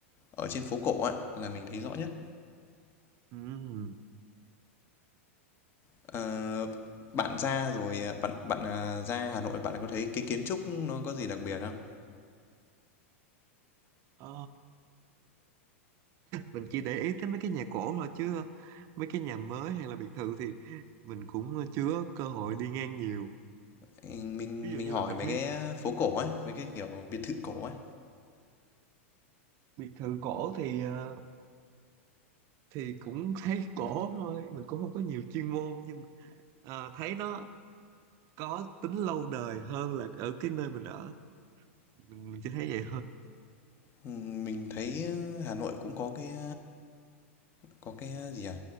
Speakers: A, on the left (about 35°); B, on the right (about 45°).
A: ở trên phố cổ ạ là mình thấy rõ nhất.
B: ừm,
A: Ờ, bạn ra rồi, à, bạn bạn, à, ra Hà Nội bạn có thấy cái kiến trúc nó có gì đặc biệt không?
B: ờ, mình chỉ để ý tới mấy cái nhà cổ thôi chứ ờ, mấy cái nhà mới hay là biệt thự thì mình cũng ờ, chưa có cơ hội đi ngang nhiều
A: Ừ, Mình
B: ví dụ
A: mình
B: như
A: hỏi
B: là mình
A: mấy
B: thấy
A: cái phố cổ ấy, mấy cái kiểu biệt thự cổ ấy.
B: biệt thự cổ thì ờ, thì cũng <laughs> thấy cổ thôi mình cũng không có nhiều chuyên môn nhưng mà ờ, thấy nó có tính lâu đời hơn là ở cái nơi mình ở mình, mình chỉ thấy vậy thôi
A: Ừ, Mình thấy Hà Nội cũng có cái có cái gì à?